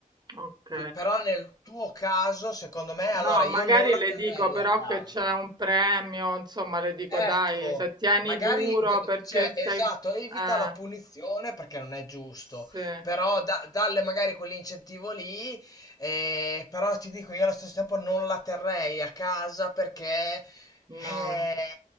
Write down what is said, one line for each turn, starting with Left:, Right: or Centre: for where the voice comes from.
Right: Ok.
Left: Qui- però nel tuo caso, secondo me, allora
Right: No,
Left: io
Right: magari
Left: non la
Right: le
Left: terrei
Right: dico però
Left: a casa.
Right: che c'è un premio, insomma, le dico
Left: Ecco,
Right: dai, se tieni
Left: magari,
Right: duro
Left: d-
Right: perché
Left: cioè,
Right: sei...
Left: esatto,
Right: Eh,
Left: evita la punizione perché non è giusto,
Right: sì,
Left: però da- dalle magari quell'incentivo lì, eh, però ti dico, io allo stesso tempo non la terrei a casa perché,
Right: no.
Left: eh,